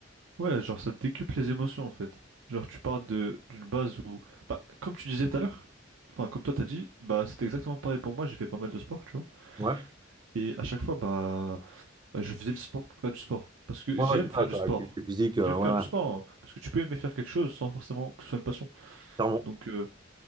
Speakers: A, on the right; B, on the right.
A: Ouais, genre ça décuple les émotions en fait. Genre tu pars de d'une base où bah comme tu disais tout à l'heure, enfin comme toi t'as dit, bah c'était exactement pareil pour moi, j'ai fait pas mal de sport, tu vois.
B: Ouais,
A: Et à chaque fois bah, bah, je faisais le sport pour faire du sport parce que
B: ouais,
A: j'aime
B: ouais, c'est
A: faire
B: ça,
A: du
B: quoi,
A: sport.
B: activité physique,
A: J'aime
B: euh, ouais,
A: faire du
B: ouais,
A: sport hein, parce que tu peux aimer faire quelque chose sans forcément que ce soit une passion.
B: clairement.
A: Donc euh,